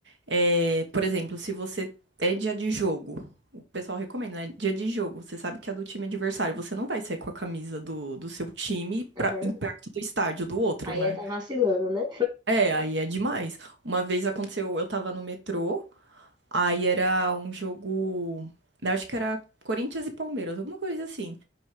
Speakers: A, on the right; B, on the right.
A: é, por exemplo, se você é dia de jogo, o pessoal recomenda, né? Dia de jogo, você sabe que é do time adversário, você não vai sair com a camisa do, do seu time pra,
B: Aham.
A: em perto do estádio do outro,
B: Aí
A: né?
B: é tá vacilando, né?
A: É, aí é demais. Uma vez aconteceu, eu tava no metrô, aí era um jogo, eu acho que era Corinthians e Palmeiras, alguma coisa assim.